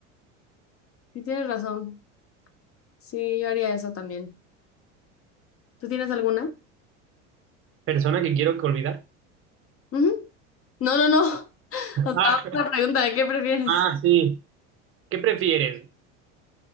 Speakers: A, on the left; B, on the right.
A: Sí, tienes razón. Sí, yo haría eso también. ¿Tú tienes alguna?
B: Persona que quiero que olvidar.
A: Ujú. No, no, no. O sea,
B: Ah,
A: una pregunta de qué prefieres.
B: ah, sí. ¿Qué prefieres?